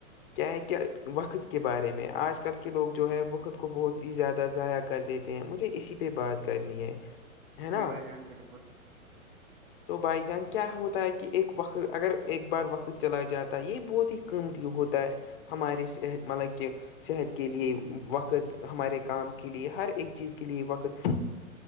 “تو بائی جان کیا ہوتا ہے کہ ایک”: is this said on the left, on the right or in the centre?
Left